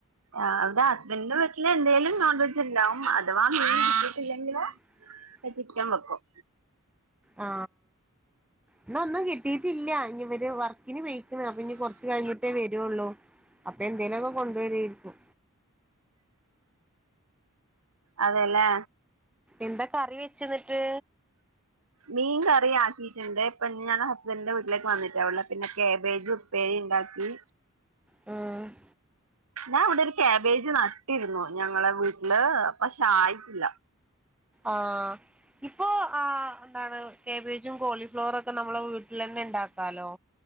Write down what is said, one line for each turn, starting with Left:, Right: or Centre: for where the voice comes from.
Right: ആ വിടെ ഹസ്ബൻറിന്റെ വീട്ടിൽ എന്തേങ്കലും നോൺവെജ് ഇണ്ടാവും അഥവാ മീൻട്ടില്ലെങ്കിൽ
Centre: <inaudible>
Right: ചിക്കൻവെക്കും
Centre: ആ ഇന്നൊന്നും കിട്ടിട്ടില്ല ഇനിവര് വർ ഇനി വെയക്കുന്ന അപ്പൊ ഇനി കൊറച്ച് കഴിഞ്ഞൊട്ടേ വരുള്ളൂ അപ്പൊന്തേലുക്കെ കൊണ്ട് വരി കൊണ്ടുവരെരിക്കും
Right: അതെല്ലേ
Centre: എന്താ കറി വെച്ച്ന്ന്ട്ട്
Right: മീൻ കറി ആക്കിയിട്ട്ണ്ട് ഇപ്പം ഞാൻ ഹസ്ബൻഡിന്റെ വീട്ടിലേക്ക് വന്നിട്ടാള്ളെ പിന്നെ കേബേജും പ്പേരിണ്ടാക്കി
Centre: ഉം
Right: ഞാവ്ടെ ഒരു കാബേജ് നട്ടിരുന്നു ഞങ്ങളെ വീട്ട്ല് പക്ഷായില്ല.
Centre: ആഹ് ഇപ്പോ ആഹ് എന്താണ് കാബേജും കോളിഫ്ലവറൊക്കെ നം നമ്മളെ വീട്ടിലെന്നെണ്ടാക്കാലോ